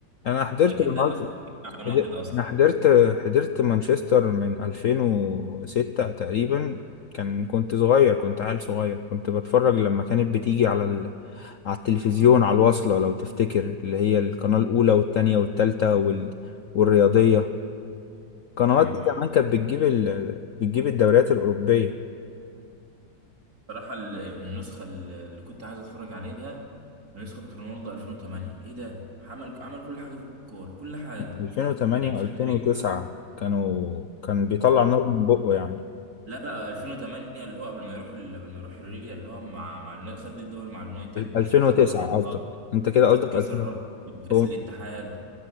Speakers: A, on the left (about 60°); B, on the right (about 50°).
A: أنا حضرت
B: أكيد
A: رونالدو
B: ده اللي خلاك على اليونايتد
A: حد-
B: أصلا
A: انا حضرت حضرت مانشستر من 2006 تقريبا كان كنت صغير كنت عيل صغير كنت بتفرج لما كانت بتيجي على ال... على التلفزيون على الواصلة لو تفتكر اللي هي القناة الأولى والتانية والتالتة وال... والرياضية القنوات
B: أيوه
A: دي زمان
B: أيوه
A: كانت بتجيب ال... بتجيب الدوريات الأوروبية
B: بصراحة ال- النسخة ال- اللي كنت عايز أتفرج عليها نسخة رونالدو 2008 إيه ده؟ عمل عمل كل حاجة في الكورة كل حاجة
A: 2008
B: كان موسم
A: و2009
B: تاريخي
A: كانوا كان بيطلع نار من بقه يعني
B: لا لا 2008 اللي هو قبل ما يروح ال- قبل ما يروح الريال اللي هو مع مع النا- خد الدوري مع اليونايتد
A: 2009
B: خد دوري الابطال
A: قصدك انت كده قصدك
B: خد كاس
A: 2009
B: الرابطه كاس
A: هو-
B: الاتحاد